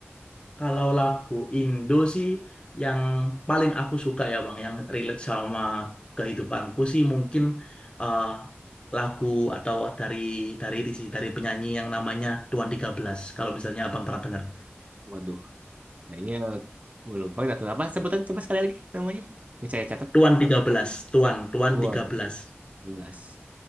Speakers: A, on the left; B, on the right.
A: Kalau lagu Indo sih yang paling aku suka ya Bang, yang relate sama kehidupanku sih mungkin eh, lagu atau dari dari ini sih, dari penyanyi yang namanya Tuan Tiga Belas Kalau misalnya Abang pernah dengar.
B: Waduh, kayaknya Gue lupa dah tuh apa sebutan coba sekali lagi namanya. Ini saya catat.
A: Tuan Tiga Belas Tuan, Tuan
B: Tuan
A: Tiga Belas
B: belas.